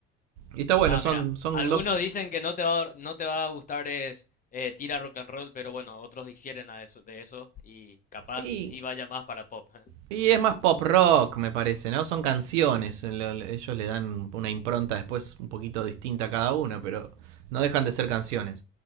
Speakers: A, on the right (about 70°); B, on the left (about 25°).
A: Y está bueno,
B: Ah,
A: son,
B: mira,
A: son
B: algunos
A: dos...
B: dicen que no te va a, no te va a gustar es eh, tira rock and roll, pero bueno, otros difieren a eso, de eso y capaz
A: Y
B: sí vaya más para pop. <laughs>
A: Y es más pop rock, me parece, ¿no? Son canciones. Ellos le dan una impronta después un poquito distinta a cada una, pero no dejan de ser canciones.